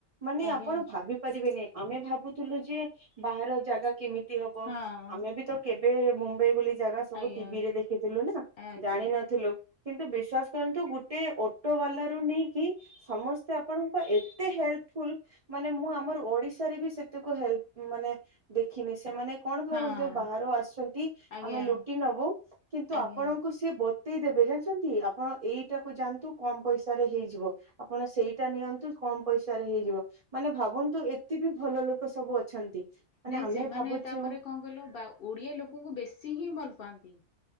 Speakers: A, on the right (about 60°); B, on the left (about 60°).
A: ମାନେ
B: ଆଜ୍ଞା
A: ଆପଣ ଭାବି ପାରିବେନି ଆମେ ଭାବୁଥିଲୁ ଯେ ବାହାର ଜାଗା କେମିତି କେମିତି ହବ
B: ହଁ
A: ଆମେ ବି ତ କେବେ ମୁମ୍ବାଇ ବୋଲି ଜାଗା ସବୁ
B: ଆଜ୍ଞା
A: ଟିଭି ରେ ଦେଖିଥିଲୁ ନା
B: ଆଜ୍ଞା
A: ଜାଣିିନଥିଲୁ। କିନ୍ତୁ ବିଶ୍ୱାସ କରନ୍ତୁ ଗୋଟେ ଅଟୋ ବାଲା ରୁ ନେଇକି ସମସ୍ତେ ଆପଣଙ୍କ ଏତେ ହେଲ୍ପଫୁଲ ମାନେ ମୁଁ ଆମର ଓଡିଶା ରେବି ସେତକ ହେଲ୍ପ ମାନେ ଦେଖିନି ସେମାନେ କଣ ଭାବନ୍ତୁ
B: ହଁ
A: ବାହାରୁ ଆସୁଛନ୍ତି
B: ଆଜ୍ଞା।
A: ଆମେ ଲୁଟି ନବୁ କିନ୍ତୁ
B: ଆଜ୍ଞା
A: ଆପଣଙ୍କୁ ସେ ବତେଇ ଦେବେ ଜାଣିଛନ୍ତି ଆପଣ ଏଇଟାକୁ ଯାଆନ୍ତୁ କମ୍ ପଇସା ରେ ହେଇଯିବ। ଆପଣ ସେଇଟା ନିଅନ୍ତୁ କମ୍ ପଇସାରେ ହେଇଯିବ ମାନେ ଭାବନ୍ତୁ ଏ ଏତେ ବି ଭଲ ଲୋକ ସବୁ ଅଛନ୍ତି। ମାନେ
B: ନାଇ
A: ଆମେ
B: ସେମାନେ
A: ଭାବୁଛୁ
B: ତାପରେ କଣ କଲ ବା ଓଡିଆ ଲୋକଙ୍କୁ ବେଶୀ ହିଁ ଭଲ ପାଆନ୍ତି।